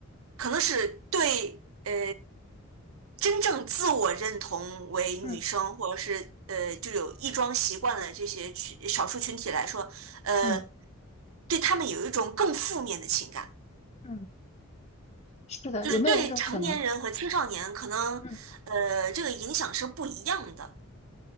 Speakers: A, on the right; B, on the left.
A: 可能是对呃真正自我认同为女生，
B: 嗯
A: 或者是呃就有异装习惯的这些群少数群体来说，呃，
B: 嗯
A: 对他们有一种更负面的情感，
B: 嗯是的，
A: 就是对成年人和青少年可能呃这个影响是不一样的。
B: 有没有一种可能？嗯。